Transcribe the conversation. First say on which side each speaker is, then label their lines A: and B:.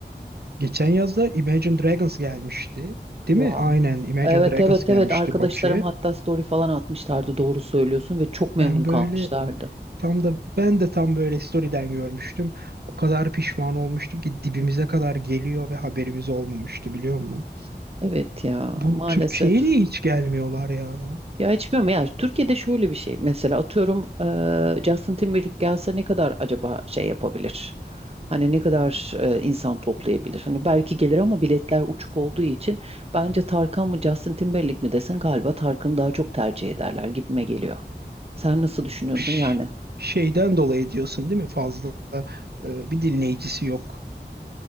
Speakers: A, on the right (about 65°); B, on the right (about 35°).
A: Geçen yazda Imagine Dragons gelmişti. Değil
B: Wow.
A: mi? Aynen Imagine
B: Evet
A: Dragons
B: evet
A: gelmişti
B: evet arkadaşlarım
A: Bakü'ye.
B: hatta story falan atmışlardı doğru söylüyorsun ve çok memnun
A: Ben
B: kalmışlardı.
A: böyle tam da ben de tam böyle story'den görmüştüm. O kadar pişman olmuştum ki dibimize kadar geliyor ve haberimiz olmamıştı biliyor musun?
B: Evet ya
A: Bu
B: maalesef.
A: Türkiye'ye niye hiç gelmiyorlar ya?
B: Ya hiç bilmiyorum ya Türkiye'de şöyle bir şey mesela atıyorum eee Justin Timberlake gelse ne kadar acaba şey yapabilir? Hani ne kadar eee, insan toplayabilir? Hani belki gelir ama biletler uçuk olduğu için bence Tarkan mı Justin Timberlake mi desen galiba Tarkan'ı daha çok tercih ederler gibime geliyor. Sen nasıl düşünüyorsun
A: Ş-
B: yani?
A: şeyden dolayı diyorsun değil mi? Fazla e, bir dinleyicisi yok.